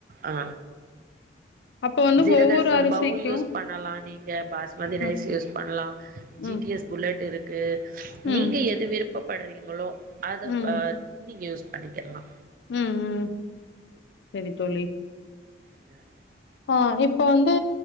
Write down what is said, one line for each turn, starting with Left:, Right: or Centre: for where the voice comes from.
Right: ஆ
Left: அ அப்ப வந்து
Right: ஜீரக
Left: ஒவ்வொரு
Right: சம்பாவு
Left: அரிசிக்கும்
Right: யூஸ் பண்ணலா நீங்க பாஸ்மதி
Left: ம்
Right: ரைஸ் யூஸ் பண்லா ஜி
Left: ம்
Right: டி எஸ் புல்லட் இருக்கு
Left: ம்
Right: நீங்க எது விருப்பப்பட்றீங்களோ அத
Left: ம்
Right: வா நீங்க யூஸ் பண்ணிக்கிர்லா
Left: ம் ம் சரி தோழி
Right: <inaudible>
Left: ஆ இப்ப வந்து